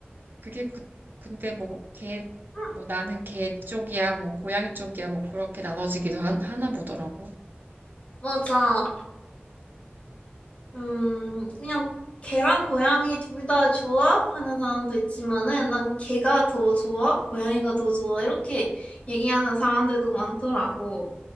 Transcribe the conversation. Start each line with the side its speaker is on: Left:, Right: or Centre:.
Right: 그게 그, 근데 뭐, 개,
Left: 음,
Right: 뭐 나는 개 쪽이야, 뭐 고양이 쪽이야, 뭐 그렇게 나눠지기도 하, 하나 보더라고.
Left: 맞아. 음, 그냥 개랑 고양이 둘 다 좋아? 하는 사람도 있지만은 난 개가 더 좋아? 고양이가 더 좋아? 이렇게 얘기하는 사람들도 많더라고.